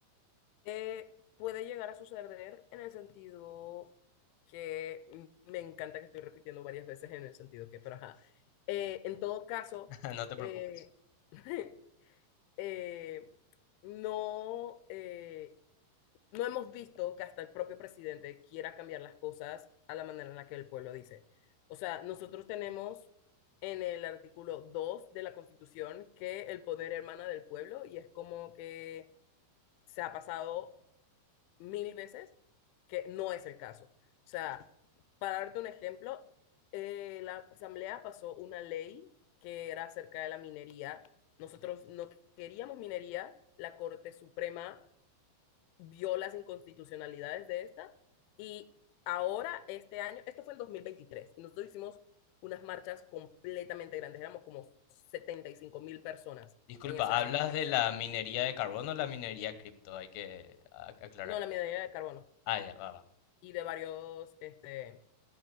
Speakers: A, on the left; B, on the left.
A: Eh, puede llegar a suceder en el sentido que mm, me encanta que estoy repitiendo varias veces en el sentido que, pero ajá. Eh, en todo caso,
B: <laughs> No te preocupes.
A: eh, <laughs> eh, no, eh, no hemos visto que hasta el propio presidente quiera cambiar las cosas a la manera en la que el pueblo dice. O sea, nosotros tenemos en el artículo 2 de la Constitución que el poder hermana del pueblo y es como que se ha pasado mil veces que no es el caso. O sea, para darte un ejemplo, eh, la Asamblea pasó una ley que era acerca de la minería. Nosotros no queríamos minería, la Corte Suprema vio las inconstitucionalidades de esta y ahora este año, esto fue en 2023, y nosotros hicimos unas marchas completamente grandes, éramos como setenta y cinco mil personas
B: Disculpa,
A: en esas
B: ¿hablas
A: marchas.
B: de la minería de carbono o la minería cripto? Hay que a- aclarar.
A: No, la minería de carbono
B: Ah, ya, va, va.
A: y de varios, este,